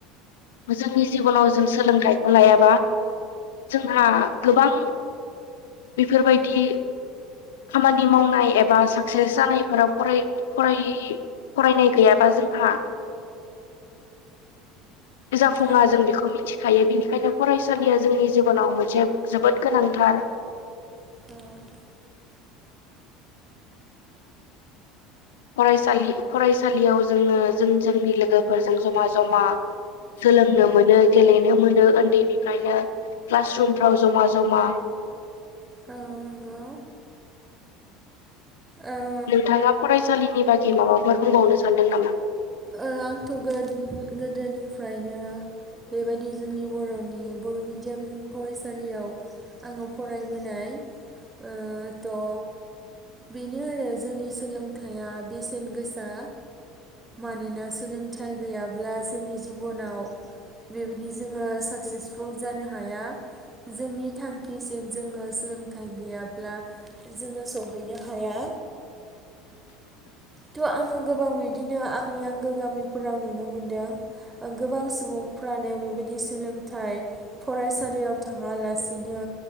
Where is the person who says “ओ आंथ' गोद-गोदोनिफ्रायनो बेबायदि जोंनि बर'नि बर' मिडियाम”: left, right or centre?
Right